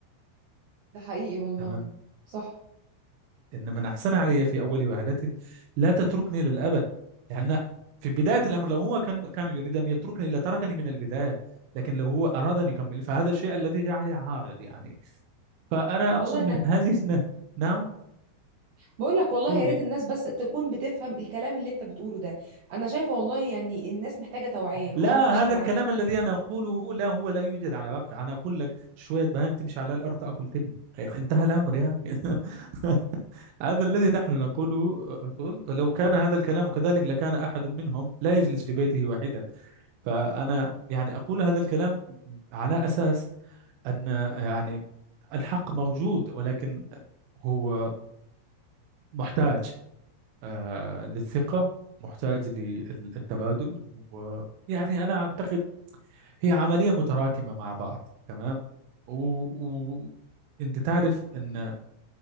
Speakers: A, on the right; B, on the right.
A: ده حقيقي والله
B: تمام
A: صح
B: إن من أحسن علي في أول وهلة لا تتركني للأبد لأن في بداية الأمر لو هو كان كان يريد أن يتركني لتركني من البداية لكن لو هو أراد أن يكمل فهذا الشيء الذي جعلي عارض يعني فأنا
A: والله
B: أقصد
A: انا
B: من <laughs> هذه الن- نعم
A: بقول لك والله
B: قولي
A: يا ريت الناس بس تكون بتفهم الكلام اللي انت بتقوله ده انا شايفه والله يعني الناس محتاجه توعيه هو
B: لا
A: ما فيش توعيه
B: هذا الكلام الذي أنا أقوله لا هو لا يوجد على واقع أنا أقول لك شوية بهائم تمشي على الأرض تأكل تبن يا أخي، انتهى الأمر يعني <laughs> هذا الذي نحن نقوله أقول لو كان هذا الكلام كذلك لكان أحد منهم لا يجلس في بيته واحدا فأنا يعني أقول هذا الكلام على أساس أن يعني الحق موجود ولكن هو محتاج آه، للثقة محتاج للتبادل ويعني أنا أعتقد هي عملية متراكمة مع بعض تمام و... و... أنت تعرف أن